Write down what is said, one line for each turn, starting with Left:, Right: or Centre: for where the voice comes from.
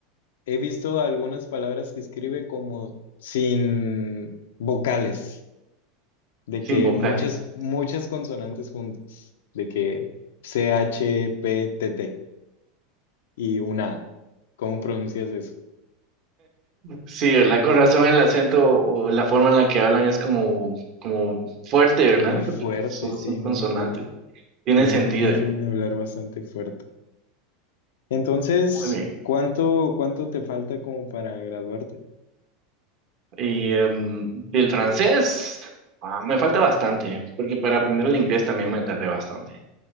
Left: He visto algunas palabras que escribe como sin vocales, de
Right: sin
Left: que
Right: vocales.
Left: muchas, muchas consonantes juntas, de que CH, P, T, T y una A. ¿Cómo pronuncias eso?
Right: Sí, ¿verdad? Con razón el acento o la forma en la que hablan es como, como fuerte, ¿verdad?
Left: Muy fuerte,
Right: Porque son,
Left: sí,
Right: son consonantes.
Left: muy fuerte.
Right: Tiene
Left: Tiene
Right: sentido.
Left: una forma de hablar bastante fuerte. Entonces,
Right: Muy bien.
Left: ¿cuánto, cuánto te falta como para graduarte?
Right: Y em, del francés, ah, me falta bastante, porque para aprender el inglés también me tardé bastante.